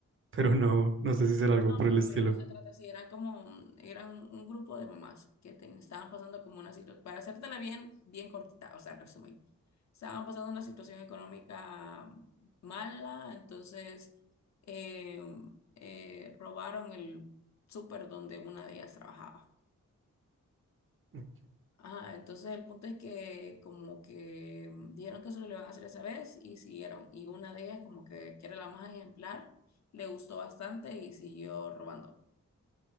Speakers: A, on the right; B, on the left.
A: pero no, no sé si será algo
B: No,
A: por
B: no,
A: el
B: no,
A: estilo.
B: pero no se trata así, eran como, un- eran un grupo de mamás que ten- estaban pasando como una situación, para hacértela bien, bien cortita, o sea, el resumen, estaban pasando una situación económica mala, entonces eh, eh, robaron el súper donde una de ellas trabajaba.
A: Ok,
B: Ajá, entonces el punto es que como que mm, dijeron que solo lo iban a hacer esa vez y siguieron, y una de ellas como que, que era la más ejemplar, le gustó bastante y siguió robando.